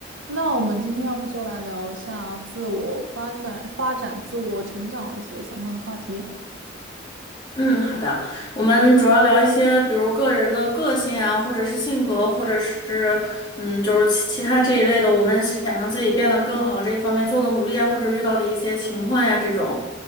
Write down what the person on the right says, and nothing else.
那我们今天要不就来聊一下自我发展、发展自我成长一些相关的话题。